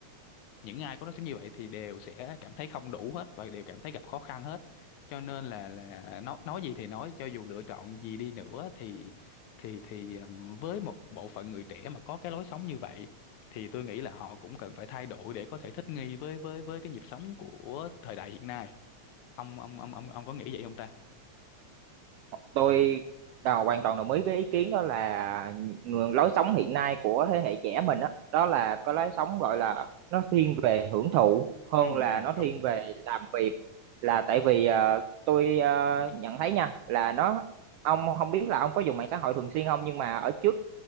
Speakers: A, on the left; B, on the right.
A: những ai có lối sống như vậy thì đều sẽ cảm thấy không đủ hết và đều cảm thấy gặp khó khăn hết cho nên là là nói nói gì thì nói cho dù lựa chọn gì đi nữa thì thì thì ừm, với một bộ phận người trẻ mà có cái lối sống như vậy thì tôi nghĩ là họ cũng cần phải thay đổi để có thể thích nghi với với với cái nhịp sống của thời đại hiện nay ông ông ông ông ông có nghĩ vậy không ta
B: tôi đào hoàn toàn đồng ý với ý kiến đó là ngược lối sống hiện nay của thế hệ trẻ mình đó, đó là có lối sống gọi là nó thiên về hưởng thụ hơn
A: Ừ,
B: là
A: à
B: nó
A: đúng.
B: thiên về làm việc là tại vì ờ, tôi ờ, nhận thấy nha là nó ông không biết là ông có dùng mạng xã hội thường xuyên không nhưng mà ở trước